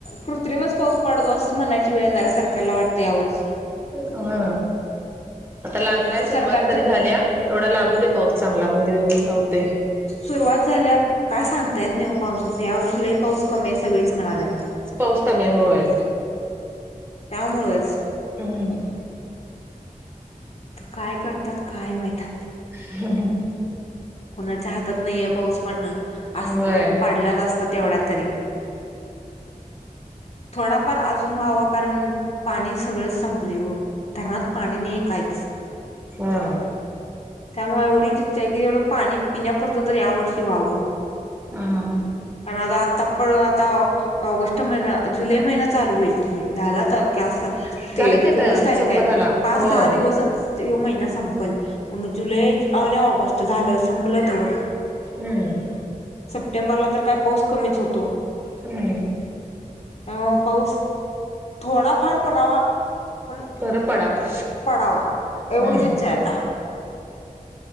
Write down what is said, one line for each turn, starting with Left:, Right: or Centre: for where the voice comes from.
Left: कृत्रिमच पाऊस पडतो असं म्हणायची वेळ येणार सरकारला वाटतंय यावर्षी
Right: हा आता लागलाय
Left: पण सरकारच
Right: सुरुवात तरी झाल्या तेवढा लागू दे पाऊस चांगला म्हणजे जा होतंय.
Left: सुरुवात झाल्या काय सांगता येत नाहीे ओ पावसाच यावर्षी लय पाऊस कमी आहे सगळीच म्हणाल्यात
Right: पाऊस कमी आहे होय.
Left: त्यामुळंच
Right: हम्म.
Left: त काय करतात काय माहीता
Right: हम्म हम्म.
Left: कोणाच्या हातात नाहीये पाऊस पडण अस
Right: होय
Left: तर पडलाच असत तेवढ्या तरी थोडाफार अजून व्हावा कारण पाणी सगळें संपले हो धरणात पाणी नाही कायच.
Right: हम्म..
Left: त्यामुळे एवढीच इच्छा आहे की एवढ पाणी पिण्या पुरता तरी ह्या वर्षी व्हावं
Right: हा.
Left: पण आता आता पण आता ऑगस्ट महिना जुलै महिना चालू होईल की झाला चालू.
Right: झालं
Left: ते
Right: की आता
Left: चोवीस तारीख
Right: संपत
Left: आहे
Right: आला होय
Left: पाच, सहा दिवस ह महिना संपल मग जुलै आणि ऑगस्ट झालं सपलं तवर
Right: हम्म.
Left: सप्टेंबरला तर काय पाऊस कमीच होतो.
Right: हम्म.
Left: अ पाऊस थोडा फार परावा पण
Right: बरं पडावा
Left: पडावा एवढीच
Right: हम्म.
Left: इच्छा आहे आता